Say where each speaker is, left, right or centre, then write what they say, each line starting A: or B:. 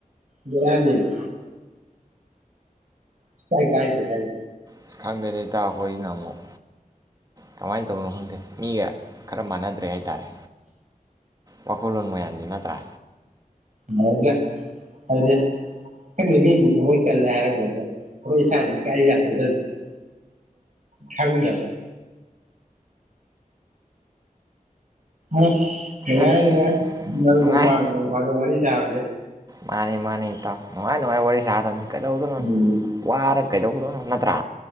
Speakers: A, on the right; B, on the right.
A: ꯚꯦꯔꯥꯅꯤꯃꯦ ꯁꯨ ꯀꯥꯏ ꯀꯥꯏꯗ꯭ꯔꯦ ꯍꯥꯏꯃꯤ
B: ꯑꯁ ꯈꯪꯗꯦꯗ ꯏꯇꯥꯎ ꯑꯩꯈꯣꯏꯁꯤꯅ ꯑꯃꯨꯛ ꯀꯃꯥꯏꯅ ꯇꯧꯕꯅꯣ ꯈꯪꯗꯦ ꯃꯤꯒ ꯈꯔ ꯃꯥꯟꯅꯗ꯭ꯔꯦ ꯍꯥꯏ ꯍꯥꯏꯇꯥꯔꯦ ꯋꯥꯈꯜꯂꯣꯟ ꯃꯌꯥꯝꯁꯤ ꯅꯠꯇ꯭ꯔꯥ
A: ꯃꯥꯅꯗꯔꯦ ꯍꯥꯏꯗꯤ ꯑꯩꯈꯣꯏꯅ ꯃꯤꯒꯤ ꯊꯃꯣꯏ ꯀꯟꯂꯦ ꯍꯥꯏꯔꯝꯒꯗ꯭ꯔ ꯑꯩꯈꯣꯏ ꯏꯁꯥꯅꯗꯤ ꯀꯥꯏꯌꯨ ꯌꯥꯖꯗꯕꯤꯗꯣ ꯈꯟꯗꯕ ꯑꯁ ꯅꯨꯡꯉꯥꯏꯔꯦ
B: ꯑꯁ
A: ꯅꯨꯡꯉꯥꯏꯔꯦ ꯃꯔꯨꯞ
B: ꯅꯨꯡꯉꯥꯏ
A: ꯃꯄꯥꯡ ꯅꯣꯡ ꯐꯥꯗꯣꯛ ꯋꯥꯔꯤ ꯌꯥꯕꯖꯦ
B: ꯃꯥꯅꯤ ꯃꯥꯅꯤ ꯏꯇꯥꯎ ꯅꯉꯥꯏꯅꯨꯡꯉꯥꯏ ꯋꯥꯔꯤ ꯁꯥꯒꯗꯝ ꯀꯩꯗꯧꯗꯅꯣ
A: ꯎꯝ
B: ꯋꯥꯔ ꯀꯩꯗꯧꯗꯣꯅꯣ ꯅꯠꯇ꯭ꯔꯥ